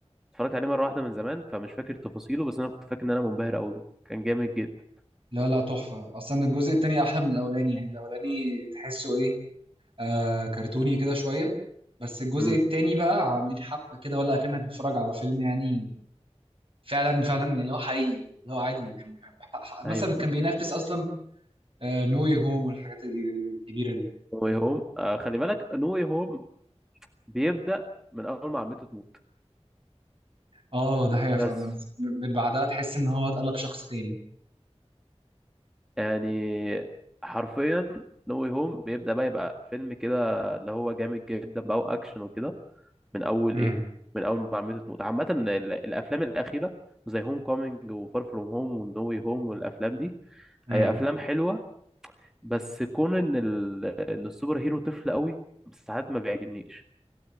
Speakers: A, in the centre; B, on the right (about 50°).
A: اتفرجت عليه مرة واحدة من زمان فمش فاكر تفاصيله بس انا كنت فاكر ان انا منبهر قوي بيه كان جامد جدا
B: لا لا تحفة أصلا الجزء التاني أحلى من الأولاني يعني الأولاني تحسه إيه آه كرتوني كده شوية بس الجزء
A: امم
B: التاني بقى عاملين حبكة كده ولا أكنك بتتفرج على فيلم يعني فعلا فعلا اللي هو حقيقي اللي هو عادي يعني ح- ح- مثلا
A: ايوه
B: كان بينافس أصلا آه نو واي هوم والحاجات ال- الكبيرة دي
A: نو واي هوم آه خلي بالك نو واي هوم بيبدأ من اول ما عمته تموت
B: اه ده حقيقة
A: بس
B: فعلا من من بعدها تحس إن هو اتقلب شخص تاني
A: يعني حرفيا نو واي هوم بيبدأ بقى يبقى فيلم كده اللي هو جامد جدا بقى واكشن وكده من اول
B: امم
A: ايه من اول ما عمته تموت عامة ال- الافلام الاخيرة زي هوم كومينج وفار فروم هوم ونو واي هوم والافلام دي
B: امم
A: هي افلام حلوة بس كون ان ال... ان السوبر هيرو طفل قوي ساعات ما بيعجبنيش